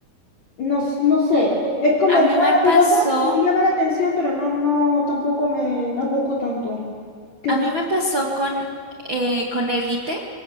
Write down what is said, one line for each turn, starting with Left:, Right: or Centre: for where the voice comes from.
Left: no, s- no sé, e, es como,
Right: A
Left: ah,
Right: mí me pasó.
Left: digo, ah, me llama la atención, pero no, no, tampoco me las busco tanto. Que,
Right: A mí me pasó con, eh, con Élite,